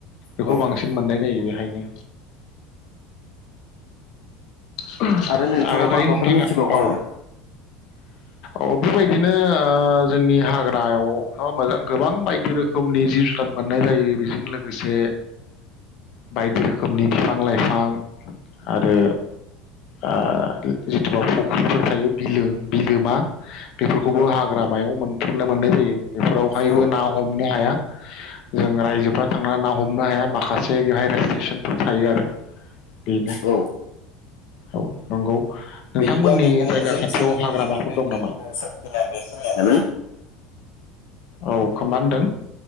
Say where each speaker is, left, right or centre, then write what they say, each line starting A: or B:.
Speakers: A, on the left; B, on the left.
A: नंगौ
B: बेखौ बांसिन मोननाय जायो बे खायनो। <unintelligible>
A: नोंथाङा
B: आरो
A: माबाफोर
B: दायो नोंथाङा
A: मिथिबावगौ
B: औ।
A: नामा
B: औ बेबायदिनो ओ जोंनि हाग्रायाव मोजां गोबां बायदि रोखोमनि जिब जुनार मोननाय जायो बेजों लोगोसे बायदि रोखोमनि बिफां लाइफां आरो ओ जिथुबा फुख्रिफोर थायो बिलो बिलोमा बेफोरखौबो
A: औ
B: हाग्रामायाव मोन फोरनो मोननाय जायो बेफोरावहायबो
A: औ
B: ना हमनो हाया जों रायजोफ्रा थांनानै ना हमनो हाया माखासे बेवहाय रेस्ट्रिकसनफोर थायो आरो बेनो।
A: औ
B: औ नंगौ। नोंथांमोननि
A: बिदिब्ला नोंथां
B: जायगा
A: जों
B: खाथियाव
A: सानैनि
B: हाग्रामाफोर
A: रायलायनायखौ
B: दं नामा
A: एसांखिनियावनो <unintelligible>
B: औ खोमा होनदों?